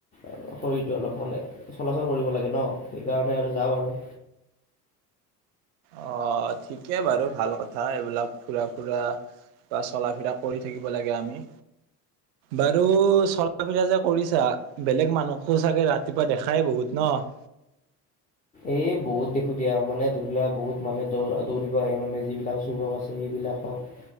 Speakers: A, on the left; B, on the right.
A: আৰু শৰীৰটো অলপ মানে, চলাচল কৰিব লাগে ন', সেইকাৰণে আৰু যাওঁ আৰু।
B: অ'! ঠিকে বাৰু ভাল কথা! এইবিলাক ঘুৰা ফুৰা বা চলা ফিৰা কৰি থাকিব লাগে আমি। বাৰু চলা ফিৰা যে কৰিছা, বেলেগ মানুহো চাগে ৰাতিপুৱা দেখাই বহুত ন'?
A: এই বহুত দেখোঁ দিয়া। মানে, ধৰি লোৱা বহুত মানুহে দৌ দৌৰিব আহে মানে, যিবিলাক যুৱক আছে সেইবিলাকক,